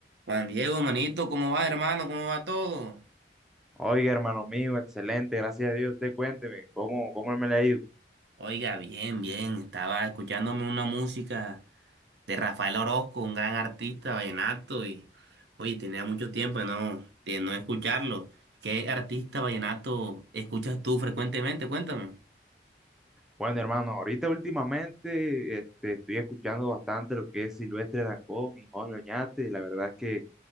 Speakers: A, on the right (about 75°); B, in the centre.
A: Juan Diego, manito, ¿cómo vas, hermano? ¿Cómo va todo?
B: Oiga, hermano mío, excelente, gracias a Dios. Usted cuénteme, ¿cómo, cómo me le ha ido?
A: Oiga, bien, bien. Estaba escuchándome una música de Rafael Orozco, un gran artista vallenato, y oye, tenía mucho tiempo de no, de no escucharlo. ¿Qué artista vallenato escuchas tú frecuentemente? Cuéntame.
B: Bueno, hermano, ahorita últimamente este, estoy escuchando bastante lo que es Silvestre Dangond y Jorge Oñate. La verdad es que